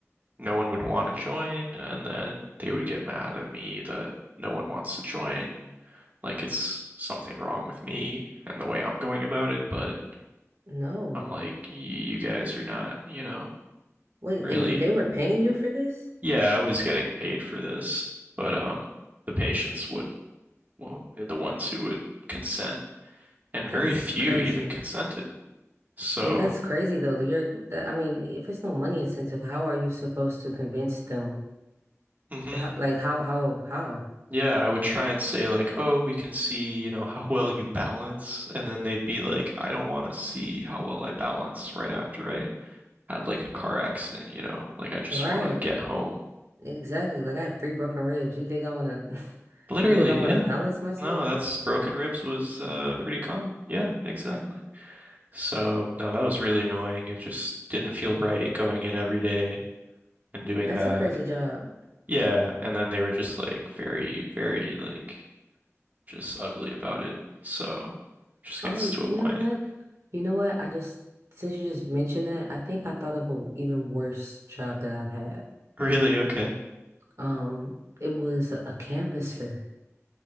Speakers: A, on the right; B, on the right.
A: no one would want to join and then they would get mad at me that no one wants to join. Like it's something wrong with me and the way I'm going about it, but
B: No.
A: I'm like, y you guys are not, you know,
B: Wait,
A: really
B: and and they were paying you for this?
A: Yeah, I was getting paid for this, but um, the patients wouldn't. Well, they're the ones who would consent, and
B: That's
A: very few
B: crazy.
A: even consented. So,
B: Yeah, that's crazy though. that You're that I mean, if it's no money incentive, how are you supposed to convince them?
A: hmm
B: To, how, like how how how?
A: yeah, I would try and say like, "Oh, we can see, you know, how well you balance," and then they'd be like, "I don't want to see how well I balance right after I had like a car accident, you know, like I just
B: Right.
A: want to get home."
B: Exactly. Like I have three broken ribs. You think I wanna <laughs>
A: Literally,
B: you think I wanna
A: yeah.
B: balance myself?
A: No, that's broken ribs was uh pretty common. Yeah, exactly. So, no, that was really annoying. It just didn't feel right going in every day and doing
B: That's
A: that.
B: a crazy job.
A: Yeah, and then they were just like very, very like just ugly about it. So, just
B: Oh,
A: gets
B: you
A: to a point.
B: know what?
A: <laughs>
B: You know what? I just since you just mentioned that, I think I thought of a even worse job that I've had.
A: Really? Okay.
B: Um, it was a, a canvasser.